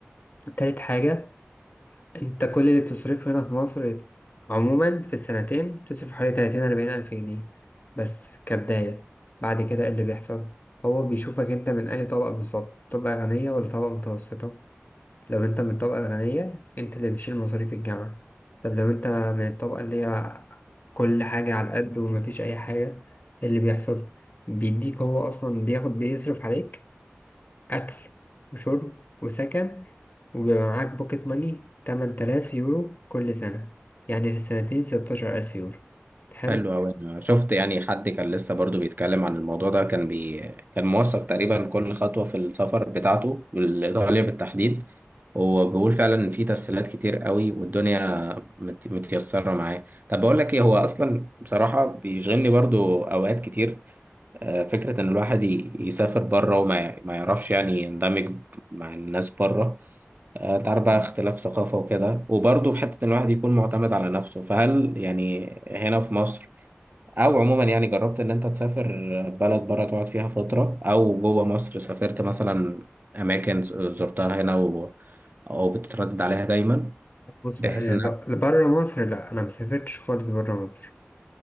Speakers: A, on the left (about 40°); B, on the right (about 40°).
A: تالت حاجة أنت كل اللي بتصرفه هنا في مصر عموما في السنتين بتصرف حوالي تلاتين أربعين ألف جنيه بس كبداية بعد كده إيه اللي بيحصل هو بيشوفك أنت من أي طبقة بالظبط طبقة غنية ولا طبقة متوسطة لو أنت من الطبقة الغنية أنت اللي بتشيل مصاريف الجامعة طب لو أنت من الطبقة اللي هي كل حاجة على قد ومفيش أي حاجة إيه اللي بيحصل بيديك هو أصلا بياخد بيصرف عليك أكل وشرب وسكن وبيبقى معاك بوكيت ماني 8000 يورو كل سنة يعني في السنتين 16000 يورو حلو
B: حلو أوي أنا شفت يعني حد كان لسه برضو بيتكلم عن الموضوع ده كان بي كان موثق تقريبا كل خطوة في السفر بتاعته والإيطالية بالتحديد وبيقول فعلا إن في تسهيلات كتير قوي والدنيا مت... متيسرة معاه طب بقول لك إيه هو أصلا بصراحة بيشغلني برضو أوقات كتير آه، فكرة إن الواحد ي- يسافر بره وما ما يعرفش يعني يندمج مع الناس بره آه، أنت عارف بقى اختلاف ثقافة وكده وبرضه في حتة إن الواحد يكون معتمد على نفسه فهل يعني هنا في مصر أو عموما يعني جربت إن أنت تسافر بلد بره تقعد فيها فترة أو جوه مصر سافرت مثلا أماكن زرتها هنا و... أو بتتردد عليها دايما
A: بص
B: بحيث
A: يعني
B: إن
A: لا- لبرا مصر لا أنا مسافرتش خالص برا مصر